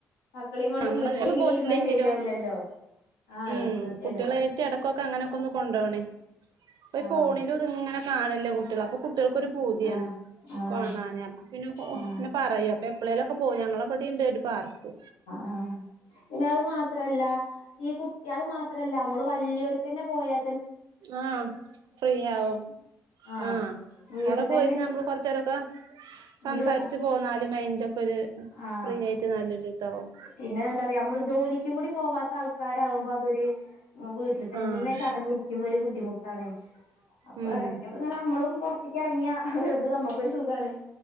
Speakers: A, on the left; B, on the right.
A: മക്കളും കൊണ്ട്
B: നമ്മള്
A: വീട്ടിലിങ്ങനെ
B: എന്നും പോയിട്ടില്ലെങ്കിലും
A: ഇരുന്നാ ശരിയാവിലല്ലോ ആ
B: ഉം
A: എടുത്ത്
B: കുട്ടികളായിട്ട്
A: എടു
B: ഇടക്കൊക്കെ അങ്ങനെയൊക്കെ ഒന്ന് കൊണ്ട പോണേ
A: ആഹ്
B: ഫോണിലും ഇത് ഇങ്ങനെ കാണില്ലേ കുട്ടികൾ അപ്പൊ ഒരു പൂതിയാണ്
A: ആഹ് ആഹ്
B: കാണാന അപ്പൊ പിന്നെ
A: ആഹ്
B: പിന്നെ പറയാ എപ്പാളെല്ലുംലൊക്കെ പോ ഞങ്ങള് ഇബടെ പാർച്ച്
A: ആ പിന്നെ അത് മാത്രല്ല ഈ കുട്ടി മാത്രല്ല നമ്മള് വലിയരു പിന്നെ പോയാ
B: ആ ഫ്രീയാവും
A: ആഹ്
B: ആ
A: വീട്ടിൽ
B: അടെ പോയിന്ന്
A: തന്നെ
B: നമ്മള് കൊറച്ച് നേരൊക്കെ സംസാരിച്ച്
A: ജോ
B: പോന്നലും മൈൻഡ് ഒക്കെ ഒരു
A: ആഹ്
B: ഫ്രീ ആയിട്ട് നല്ലൊരു ഇതാവും
A: പിന്നെ എന്താറിയാ നമ്മള് ജോലിക്ക് കൂടി പോവാത്ത ആള് ക്കാരാവുമ്പോൾ അതൊരു വീട്ടിൽ തന്നെ
B: ആഹ്
A: ചടഞ്ഞിരിക്കുമ്പോ ഒരു ബുദ്ധിമുട്ട് തണേ അപ്പൊ
B: ഉം
A: ഇടക്കൊക്കെ ഇങ്ങനെ നമ്മളും പുറത്തേക്ക് ഇറങ്ങിയ അത് നമ്മക്കൊരു സുഖാണ്